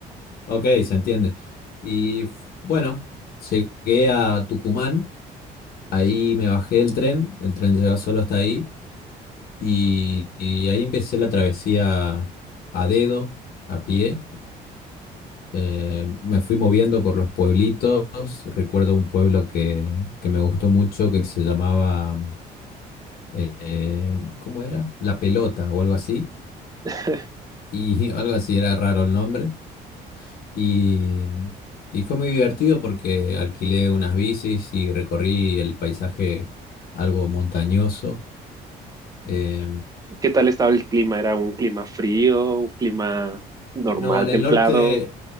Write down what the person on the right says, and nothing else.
<laughs>
¿Qué tal estaba el clima? ¿Era un clima frío, un clima normal,
templado?